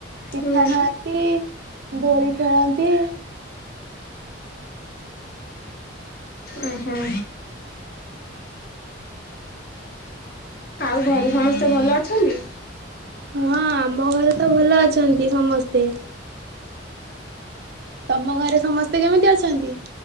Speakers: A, on the right; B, on the left.
A: ପିଠା
B: ହୁଁ।
A: ଖାଆନ୍ତି। ଦୋଳି ଖେଳନ୍ତି।
B: ଉୁଁ ହୁଁ ଆଉ ଘରେ ସମସ୍ତେ ଭଲ ଅଛନ୍ତି?
A: ହୁଁ ଆମ ଘରେ। ତ ଭଲ ଅଛନ୍ତି ସମସ୍ତେ। ତମ ଘରେ ସମସ୍ତେ କେମିତି ଅଛନ୍ତି?